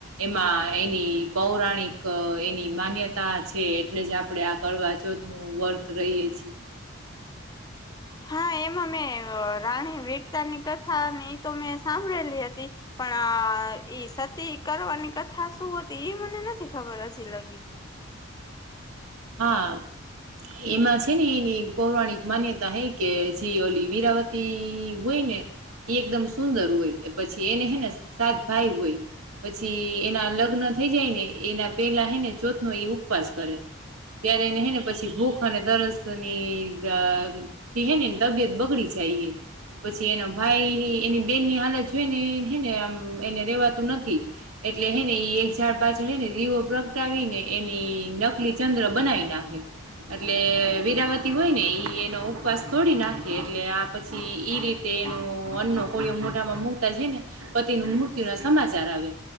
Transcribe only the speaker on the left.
હા એમાં મેં રાણી વીરતાની કથા ની તો મેં સાંભળેલી હતી. પણ આ ઈ સતી કરવાની કથા શું હતી એ મને નથી ખબર હજી લગી?